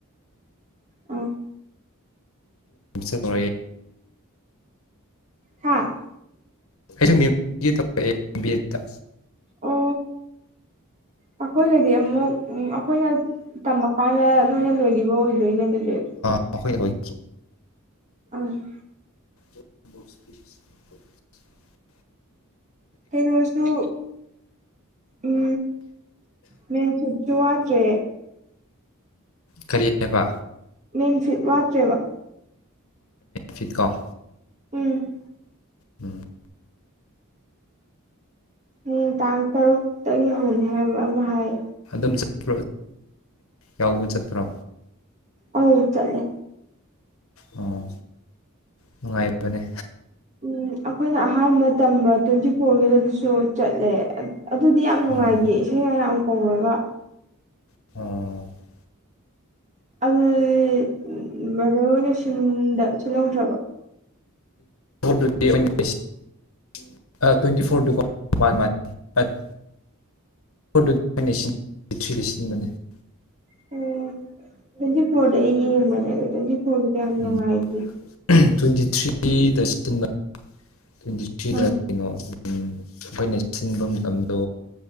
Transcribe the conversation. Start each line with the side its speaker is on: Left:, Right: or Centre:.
Right: ꯑ
Left: ꯁꯗ
Right: ꯍꯥꯥ
Left: ꯑꯩꯁꯨ ꯇꯧꯔꯛꯑꯦ ꯕꯤ ꯆ
Right: ꯑꯣ ꯑꯩꯈꯣꯏꯒꯗꯤ ꯑꯃꯨꯛ ꯑꯩꯈꯣꯏꯅ ꯇꯝꯃꯀꯥꯟꯗ ꯅꯣꯏꯅ ꯂꯣꯏꯈꯤꯕ ꯑꯣꯏꯗꯣꯏꯅꯦ ꯑꯗꯨꯗꯤ
Left: ꯃꯈꯈꯣꯏꯅꯣꯏ
Right: ꯑꯝ
Left: ꯃꯁ
Right: ꯑꯩ ꯔꯣꯁꯨꯁꯨ ꯎꯝ ꯃꯦꯟ ꯁꯠꯇꯨ ꯋꯥꯠꯇ꯭ꯔꯦ
Left: ꯀꯔꯤ ꯍꯥꯏꯕ
Right: ꯃꯦꯟꯁꯤꯤꯠ ꯋꯥꯠꯇ꯭ꯔꯦꯕ
Left: ꯐꯤꯇꯀꯥ
Right: ꯎꯝ
Left: ꯎꯝ
Right: ꯍꯌꯦ ꯇꯥꯡ ꯇꯔꯨꯛꯇꯒꯤ ꯍꯧꯅꯤ ꯍꯥꯏꯕ ꯑꯃ ꯍꯥꯏ
Left: ꯑꯗꯨꯝ ꯆꯠꯇ꯭ꯔꯣ ꯌꯥꯎꯕ ꯆꯠꯇ꯭ꯔꯣ
Right: ꯑꯧ ꯆꯠꯂꯦ
Left: ꯑꯣ ꯅꯨꯡꯉꯥꯏꯕꯅꯦ
Right: ꯎꯝ ꯑꯩꯈꯣꯏꯅ ꯑꯍꯥꯟꯕ ꯇꯝꯕ ꯇ꯭ꯋꯦꯟꯇꯤ ꯐꯣꯔꯒꯤꯗ ꯑꯗꯨꯁꯨ ꯆꯠꯂꯦ ꯑꯗꯨꯗꯤ ꯌꯥꯝ ꯅꯨꯡꯉꯥꯏꯈꯤ
Left: ꯎꯝ
Right: ꯏꯁꯩ ꯃꯌꯥꯝ ꯀꯧꯔꯒ
Left: <unintelligible>
Right: <unintelligible>
Left: <unintelligible> <unintelligible> <unintelligible>
Right: <unintelligible>
Left: ꯎꯝ <unintelligible> ꯇ꯭ꯋꯦꯟꯇꯤ ꯊ꯭ꯔꯤꯗ
Right: ꯑꯥ
Left: ꯀꯩꯅꯣ ꯑꯩꯈꯣꯏꯅ ꯁꯤꯟꯐꯝ ꯃꯇꯝꯗꯣ